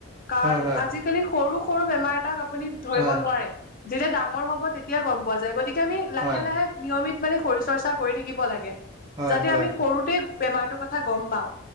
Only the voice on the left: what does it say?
কাৰণ
আজি কালি সৰু সৰু বেমাৰ আপুনি ধৰিব
নোৱাৰে, যেতিয়া ডাঙৰ হ'ব তেতিয়া গম পোৱা যায়। গতিকে আমি লাহে
লাহে নিয়মিত মানে শৰীৰ চৰ্চা কৰি থাকিব লাগে
যাতে
আমি সৰুতে বেমাৰটো কথা গম পাও।